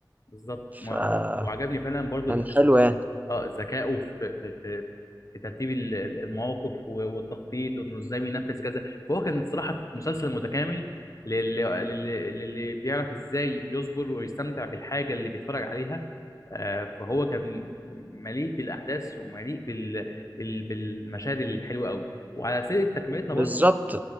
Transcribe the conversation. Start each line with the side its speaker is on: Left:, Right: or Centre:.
Left: بالظبط ما-
Right: فكان
Left: وعجبني فعلا برضو الح-
Right: حلو يعني
Left: اه ذكائه في في في في ترتيب ال- ال- المواقف و- والتخطيط وانه ازاي بينفذ كذا فهو كان صراحة مسلسل متكامل للي للي للي بيعرف ازاي يصبر ويستمتع بالحاجة اللي بيتفرج عليها آه، فهو كان مليء بالاحداث ومليء بال بال- بالمشاهد الحلوة قوي وعلى سيرة تكملتنا
Right: بالظبط
Left: برضو